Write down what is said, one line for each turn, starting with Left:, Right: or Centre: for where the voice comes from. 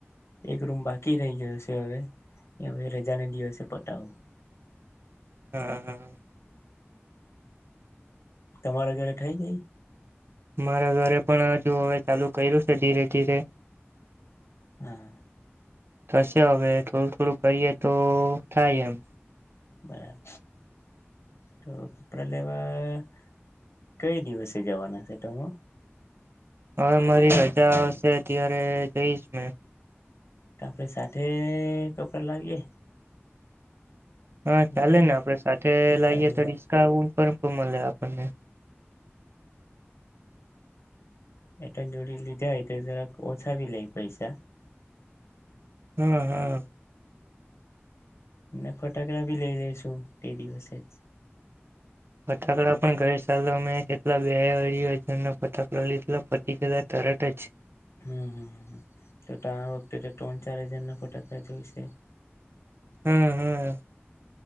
Left: એક રૂમ બાકી રહી ગયો છે હવે હવે રજાને દિવસે પટાવું
Right: હમ હા
Left: તમારા ઘરે થઇ ગઈ
Right: મારા ઘરે પણ હજુ હવે ચાલુ કર્યું છે ધીરે ધીરે
Left: હા
Right: થશે હવે થોડું થોડું કરીએ તો થાય એમ
Left: બરાબર તો કપડા લેવા કઈ દિવસે જવાના છે તોમ
Right: હવે મારી રજા આવશે અત્યારે તવીસ મે
Left: આપે સાથે કપડા લાવીએ.
Right: હા ચાલે
Left: જોઈએ
Right: ને આપડે સાથે
Left: વિચારીએ
Right: લઈએ તો ડડીસ્કાું. <inaudible> કમ લ આપણને
Left: એટં જોડી લીધા હોય તો જરાક ઓછાાવી લે પૈસા
Right: હમ હમ
Left: હ ફોટોગ્રાફી લઈ લઈશું તે દિવસે જ
Right: ફટાકડા પણ ગર સાટલા બે ફટકડા લીધતિક તરટ છે
Left: હમ હમ તો ત વખતે તો ત્રણ ચાર હજાર ના ફોટાકાા જ હોશે
Right: હમ હમ